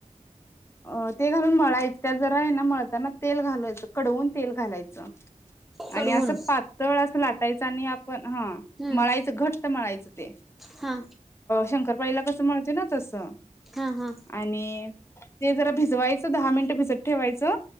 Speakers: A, on the left (about 20°); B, in the centre.
A: अ ते घालून मळायच. त्या जरा आहे ना मळताना तेल घालवायचं. कडवून तेल घालायचं
B: कडवून
A: आणि असं प तळ असं लाटायचं आणि आपण हा
B: हम्म
A: मळायचं घट्ट मळायचं ते.
B: हा
A: शंकरपाळीला कसं <inaudible> मिळते ना तसं.
B: हा हा,
A: आणि ते जरा भिजवायचं दहा मिनिटं भिजत ठेवायचं.